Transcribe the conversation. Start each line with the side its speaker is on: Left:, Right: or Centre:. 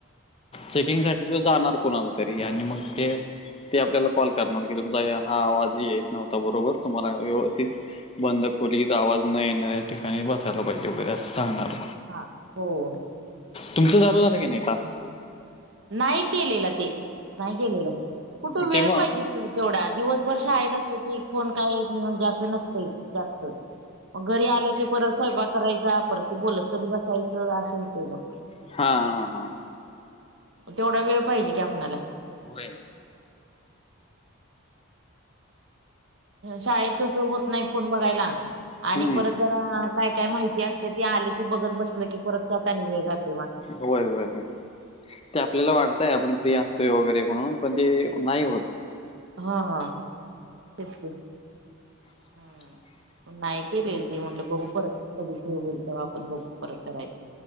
Left: चेकिंग साठी तो जाणार कोणाला तरी आणि मग ते. ते आपल्याला कॉल करणार की तुमचा ये हा आवाजही येत नव्हता बरोबर तुम्हाला व्यवस्थित. बंद खोलीत आवाज न येणाऱ्या ठिकाणी बसायला पाहिजे वगैरे असं सांगणार.
Right: हा.... हो....
Left: तुमचं, चालु झालं की नाही? काल.
Right: नाही केलेलं ते, नाही केलेलं कुठे वेळ
Left: ते मग
Right: पाहिजे? तेवढा, दिवसभर शाळेत असलं की कोन काही म्हणजे? असं नसतय जास्त मग, घरी आलो की, परत स्वयंपाक करायचा. परत ते बोलत कधी बसायचं. असं होतंय मग
Left: हा.. हा... हा
Right: तेवढा वेळ पाहिजे की, आपनाला
Left: व्हय....
Right: शाळेत कस होत नाही, फोन बघायला आणि
Left: हं.
Right: परत जरा, काय काय माहिती असत्या. ती आल की बघत बसल की परत. त्यात आणि वेळ जात.
Left: व्हय.. व्हय... व्हय ते आपल्याला वाटत. ते आपण फ्री असतोय वगैरे म्हणून, पण ते नाही होत
Right: हा... ह... तेच की. हम्म
Left: <unintelligible>
Right: नाही केलेल ते म्हटलं, बघू परत कधी फ्री होईल तेव्हा, आपण बघू परत करायच.